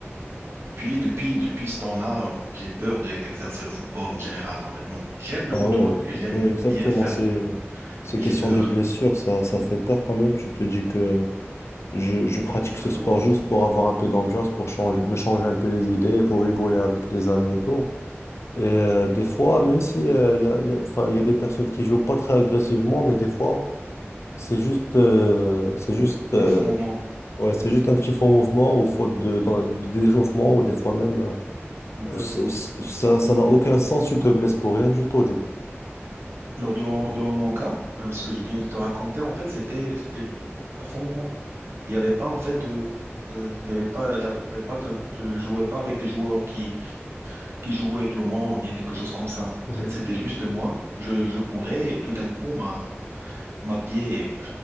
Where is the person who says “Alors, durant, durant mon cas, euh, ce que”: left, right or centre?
Right